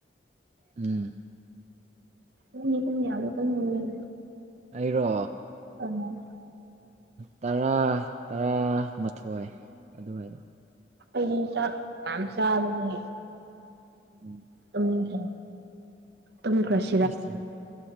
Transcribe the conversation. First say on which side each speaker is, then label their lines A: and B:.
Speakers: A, on the right; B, on the right.
A: ꯎꯝ
B: ꯅꯪꯗꯤ ꯄꯨꯡ ꯀꯋꯥꯗ ꯇꯨꯝꯗꯣꯏꯅꯣ
A: ꯑꯩꯔꯣ
B: ꯎꯝ
A: ꯇꯔꯥ ꯇꯔꯥꯃꯊꯣꯏ ꯑꯗꯨꯋꯥꯏꯗ
B: ꯑꯩꯗꯤ ꯆꯥꯛ ꯌꯥꯝꯅꯆꯥꯕꯒꯤ
A: ꯎꯝ
B: ꯇꯨꯝꯅꯤꯡꯈ꯭ꯔꯦ ꯇꯨꯝꯈ꯭ꯔꯁꯦ
A: ꯑꯩꯁ